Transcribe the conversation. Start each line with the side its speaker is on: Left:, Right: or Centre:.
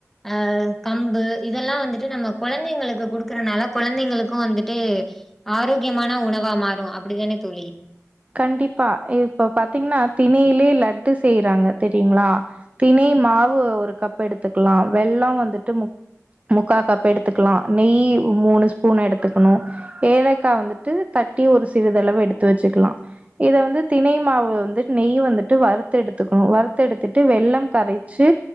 Centre: அஹ் கம்பு இதெல்லா வந்துட்டு நம்ம குழந்தைங்களுக்கு குடுக்கறதனால குழந்தைங்களுக்கு வந்துட்டு ஆரோக்கியமான உணவா மாறு அப்டித்தானே தோழி
Right: கண்டிப்பா இப்ப பாத்தீங்கன்னா திணையிலயே லட்டு செய்யறாங்க தெரியுங்களா திணை மாவு ஒரு கப் எடுத்துக்கலா வெள்ள வந்துட்டு முக் முக்கா கப் எடுத்துக்கலா நெய் மூணு ஸ்பூன் எடுத்துக்கணு ஏலக்கா வந்துட்டு தட்டி ஒரு சிறிதளவு எடுத்து வச்சுக்கலா இத வந்து திணை மாவு வந்துட்டு நெய் வந்துட்டு வறுத்து எடுத்துக்கணு வறுத்து எடுத்துட்டு வெள்ளம் கரைச்சு